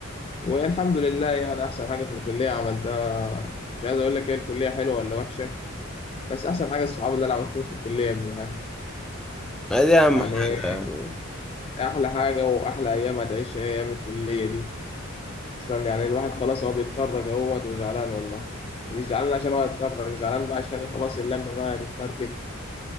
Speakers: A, on the left; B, in the centre.
A: والحمد لله يعني أحسن حاجة في الكلية عملتها مش عايز أقول لك هي الكلية حلوة ولا وحشة بس أحسن حاجة الصحاب اللي أنا عملتهم في الكلية من الآخر
B: ما دي اهم
A: يعني
B: حاجة يعني
A: أحلى حاجة وأحلى أيام هتعيشها هي أيام الكلية دي استنى يعني الواحد خلاص هو بيتخرج اهوت وزعلان والله مش زعلان عشان هو هيتخرج زعلان بقى عشان خلاص اللمة بقى هتتفرتك